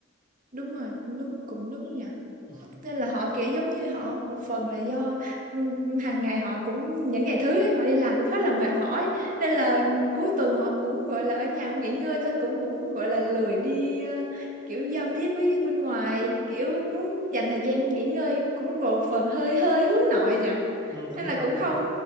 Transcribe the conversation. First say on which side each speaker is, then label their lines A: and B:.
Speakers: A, on the right; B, on the right.
A: đúng rồi cũng đúng cũng đúng nhỉ
B: ừ.
A: nên là họ kiểu giống như họ một phần là do ừm, hàng ngày họ cũng những ngày thứ ấy, họ đi làm cũng khá là mệt mỏi nên là cuối tuần họ cũng gọi là ở nhà nghỉ ngơi thôi cũng cũng gọi là lười đi ờ, kiểu giao tiếp với bên ngoài kiểu muốn dành thời gian nghỉ ngơi cũng một phần hơi hơi hướng nội nhỉ
B: Ừ, đúng
A: nên là
B: rồi
A: cũng không